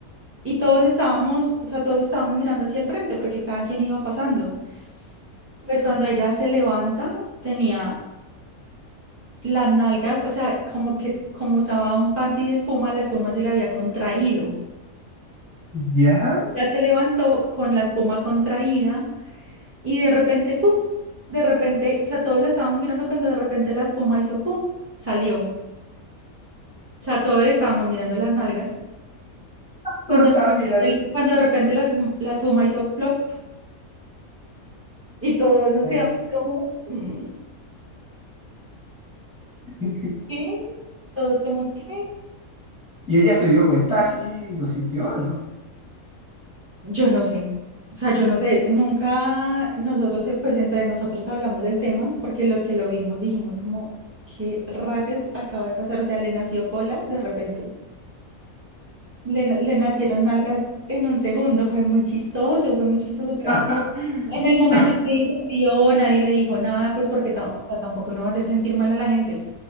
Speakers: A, on the right (about 20°); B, in the centre.
A: y todos estábamos, o sea, todos estábamos mirando hacia el frente porque cada quien iba pasando. Pues cuando ella se levanta, tenía las nalgas, o sea, como que como usaba un panty de espuma, la espuma se le había contraído.
B: Ya,
A: Ya se levantó con la espuma contraída y de repente, ¡pum! De repente, o sea, todos la estábamos mirando cuando de repente la espuma hizo ¡pum! Salió. O sea, todos le estábamos mirando las nalgas. Cuando,
B: lo estás
A: de
B: mirando.
A: repente- cuando de repente la, espu- la espuma hizo plop y todos nos
B: Oh.
A: quedamos como, "Mm,
B: <laughs>
A: ¿qué? Todos como, ¿qué?
B: Y ella se dio cuenta así, lo sintió, ¿no?
A: Yo no sé. O sea, yo no sé, nunca nosotros, eh, pues entre nosotros hablamos del tema, porque los que lo vimos dijimos como, ¿qué rayos acaba de pasar? O sea, le nació cola de repente. le, na- le nacieron nalgas en un segundo, fue muy chistoso, fue muy chistoso, pero
B: <laughs>
A: en el momento que ella se crió, nadie le dijo nada, pues porque ta- o sea, tampoco no va a hacer sentir mal a la gente.